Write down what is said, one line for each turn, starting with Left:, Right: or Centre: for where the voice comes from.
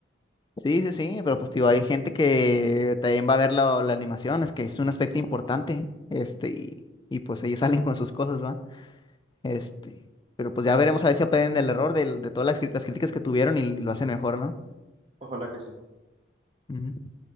Left: Sí, sí, sí, pero pues digo hay gente que también va a ver la, la animación, es que es un aspecto importante. Este, y, y, pues ellos <laughs> salen con sus cosas, ¿va? Este, pero pues ya veremos a ver si aprenden del error del- de, todas las, cri- las críticas que tuvieron y, y lo hacen mejor, ¿no?
Right: Ojalá que sí.
Left: Ujú.